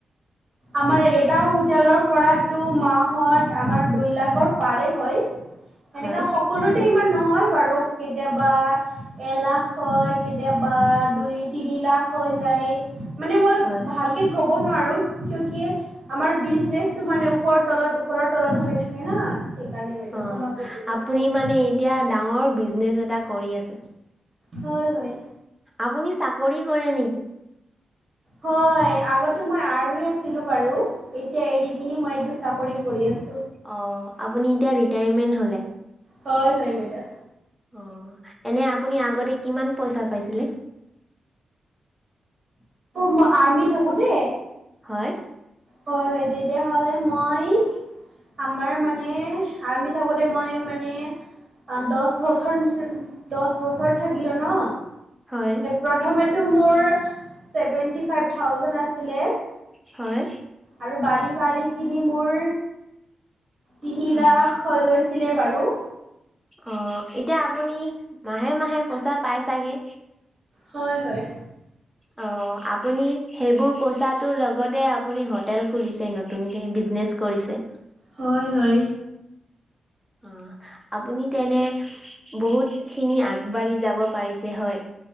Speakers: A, on the right; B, in the centre.
A: আমাৰ এটাও তেলৰ পৰাটো মাহত আমাৰ দুই লাখৰ পাৰে হয় সেনেকুৱা
B: হয়।
A: সকলোতে ইমান নহয় বাৰু কেতিয়াবা এ লাখ হয় কেতিয়াবা দুই তিনি লাখ হৈ যায় মানে মই
B: হয়।
A: ভালকে ক কব নোৱাৰো ক কিয় আমাৰ বিজনেচটো মানে ওপৰৰ তলত ওপৰৰ তলত হৈ থাকে না সেইকাৰণে বাইদেউ
B: অ
A: ক্ষমা কৰি দিব
B: আপুনি
A: হয়
B: মানে এতিয়া ডাঙৰ বিজনেচ এটা কৰি আছে
A: হয় হয়
B: আপুনি চাকৰি কৰে নেকি
A: হয় আগতে মই আৰমি আছিলো বাৰু এতিয়া এ মই এইটো চাকৰি কৰি আছো
B: অ', আপুনি এতিয়া ৰিটায়াৰমেন্ট হ'লে।
A: হয় হয় বাইদয়া
B: অ এনে আপুনি আগতে কিমান পইচা পাইছিলে
A: মই আৰ্মি থাকো তে
B: হয়
A: হয় হয় তেতিয়াহলে মই আমাৰ মানে আৰমি থাকোতে মই মানে অ দহ বছৰ নিচিনা দহ বছৰ থাকিলো ন
B: হয়,
A: প্ৰথমটো মোৰ সেভেন্তি ফাইভ থাউজেণ্ড আছিলে
B: হয়।
A: আৰু বাৰী, বাৰী কিনি মোৰ তিনি
B: হয়।
A: লাখ হৈ গৈছিলে বাৰু
B: অ', এতিয়া আপুনি মাহে মাহে পইচা পাই চাগে
A: হয়, হয়
B: অ', আপুনি সেইবোৰ পইচা তৰ লগতে আপুনি হোটেল খুলিছে নতুনকে বিজনে কৰিছে
A: হয়, হয়
B: অ', আপুনি তেনে বহুতখিনি আগবাঢ়ি যাব পাৰিছে হয়